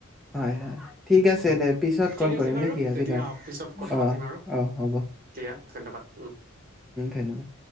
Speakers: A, in the centre; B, on the right.
A: হয়, হয়, ঠিক আছে দে। পিছত ক'ল
B: ঠিক আছে
A: কৰিম
B: বাৰু
A: নেকি, আজি
B: তেতিয়া
A: কাৰণে
B: পিছত কথা
A: অ',
B: পাতিম আৰু
A: অ', উম, হ'ব
B: দিয়া ধন্যবাদ উম
A: ধন্যবাদ।